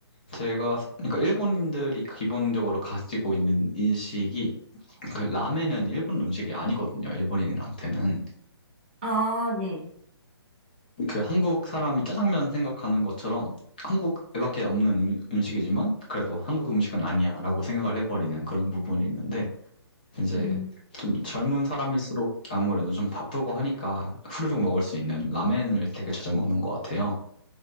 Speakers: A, on the left (about 20°); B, on the right (about 25°).
A: 제가 그러니까 일본인들이 기본적으로 가지고 있는 인식이 그 라멘은 일본 음식이 아니거든요. 일본인한테는.
B: 아, 네.
A: 그 한국 사람이 짜장면 생각하는 것처럼 한국에밖에 없는 음- 음식이지만 그래도 한국 음식은 아니야라고 생각을 해버리는 그런 부분이 있는데 이제
B: 음,
A: 좀 젊은 사람일수록 아무래도 좀 바쁘고 하니까 후루룩 먹을 수 있는 라멘을 되게 자주 먹는 것 같아요.